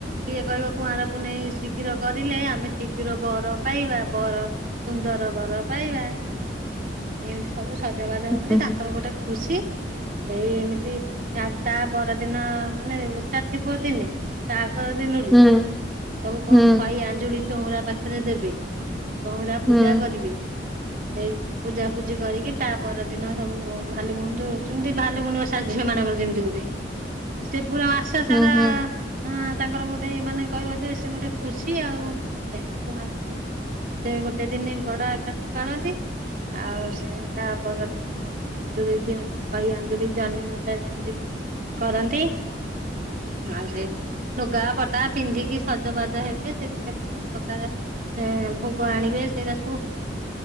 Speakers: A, on the right; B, in the centre.
A: କିଏ କହିବ କୁଆଁର ପୁନେଇ ଶୀଘ୍ର କରିଲେ ଆମେ ଶୀଘ୍ର ବର ପାଇବା ବର ସୁନ୍ଦର ବର ପାଇବା ଏମିତି ସବୁ ସଜାବାଜ ହୁଅନ୍ତି
B: ହୁଁ
A: ତାଙ୍କର ଗୋଟେ ଖୁସି। ଏଇ ଏମିତି ତା ପରଦିନ ମାନେ ଉଷା ଥିବ ଦିନେ ତାଗ ଦିନରୁ
B: ହୁଁ
A: ସବୁ କଣ
B: ହୁଁ
A: ଖଇ ଆଞ୍ଜୁଳି ଚଉରା ପାଖରେ ଦେବେ ଚଉରା
B: ହୁଁ
A: ପୂଜା କରିବେ ସେଇ ପୂଜା ପୁ ଜି କରିକି ତା ପର ଦିନ ସବୁ ଭାଲ ଗୁଣମିତି ଭାଲ ଗୁଣିବ ଝିଅ ମାନଙ୍କର ଯେମିତି ଗୋଟେ ସେ ପୁରା ମାସ ସାରା
B: ହୁଁ ହୁଁ
A: ହଁ ତାଙ୍କର ଗୋଟେ ମାନେ କହିବ ଯେ ସେ ଗୋଟେ ଖୁସି ଆଉ ସେମିତି କୁ ସେ ଗୋଟେ ଦିନ ବଡ ଆକାରରେ ପାଳନ୍ତି ଆଉ ସେ ତା ପର ଦିନ ଜଳି ଦିଅନ୍ତି ଖୁଇଞ୍ଜଳି ଜମିି ଓଷା ଯେମିତି ଗୋ କରନ୍ତି। ଆ ସେରେ <unintelligible> ଲୁଗା ପଟା ପିନ୍ଧିକି ସଜବାଜ ହେବେ ସେଥିରେ କେତେ ପ୍ରକାର ଭୋଗ ଆଣିବେ ସେଇଟା ସବୁ